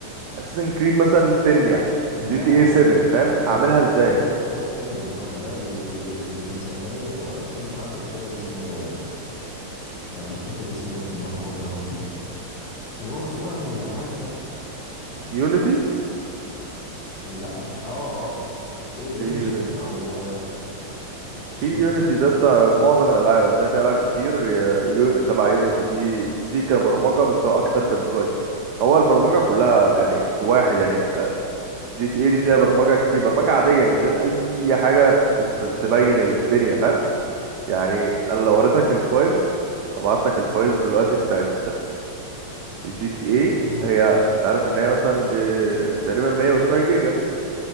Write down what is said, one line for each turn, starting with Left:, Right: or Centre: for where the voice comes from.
Right: اساسن كريد مثلا 10 يا عم
Left: لا
Right: جي تي
Left: لا
Right: اي 7 فاهم
Left: ده ده
Right: هعملها ازاي
Left: ده ده حوار تاني ده بقى ده اللي, اللي بيسموه في محرك كده اللي اسمه انا مش فاكر اسمه ايه في البرمجة يا ربي اللي هو مسؤول عن الالعاب ده
Right: يونيتي
Left: لا مح... اه اه ان انجن
Right: في يونيتي
Left: او آه، مش
Right: في يونيتي
Left: متذكر
Right: ده بتاع معظم الالعاب هتلاقي في العاب كتير آه، يون... تبع يونيتي دي سي كبرمجه بس هو اكتر كديزاين هو البرمجه كلها يعني في واحد يعني جي تي اي دي فيها برمجه كتير برمجه عاديه من غير اي حاجه تت... تبين الدنيا فاهم يعني انا لو وريتك الفايلز ابعت لك الفايلز دلوقتي بتاعت جي تي اي
Left: امم
Right: هي انت عارف ان هي مثلا ب... تقريبا 100 وشويه جيجا